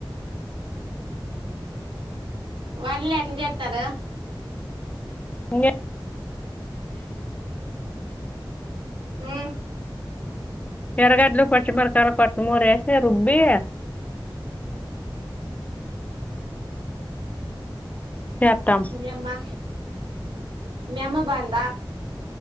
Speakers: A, on the right; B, on the left.
A: వడలు ఎట్లా చేస్తారు
B: ఇంగా
A: మ్మ్
B: టమాటో పచ్చిమిరపకాయలు కొత్తిమీరా కూడా ఏసీ రూబ్బి చేత్తాం
A: యామ్మా మీ అమ్మ బంద్